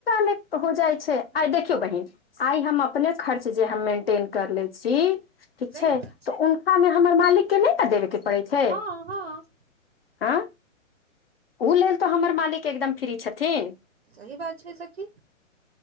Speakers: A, on the left; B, on the right.
A: तऽ हो जाइ छै
B: तऽ
A: आइ देखियौ बहिन आइ हम अपने खर्च जे हम मेंटेन कर ले छी ठीक
B: सही
A: छै
B: बात
A: तऽ उनका मे हमर मालिक के नहि न देबे के पड़ै छै
B: हँ हँ
A: हँ ओ लेल तऽ हमर मालिक एकदम फ्री छथिन
B: सही बात छै सखि <unintelligible>